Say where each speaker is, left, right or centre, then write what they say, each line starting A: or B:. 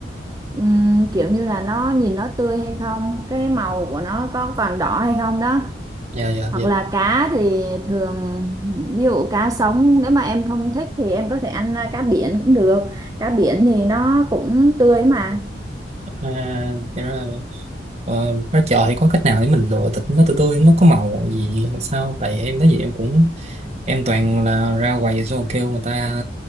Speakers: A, on the right (about 20°); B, on the right (about 35°).
A: Ừm, kiểu như là nó nhìn nó tươi hay không cái màu của nó có còn đỏ hay không đó
B: dạ dạ
A: hoặc
B: dạ
A: là cá thì thường ví dụ cá sống nếu mà em không thích thì em có thể ăn à, cá biển cũng được cá biển thì nó cũng tươi mà
B: à, dạ rồi. Ờ, ra chợ thì có cách nào để mình lựa thịt nó tươi tươi nó có màu gì hay sao tại em thấy vậy em cũng em toàn là ra quầy xong rồi kêu người ta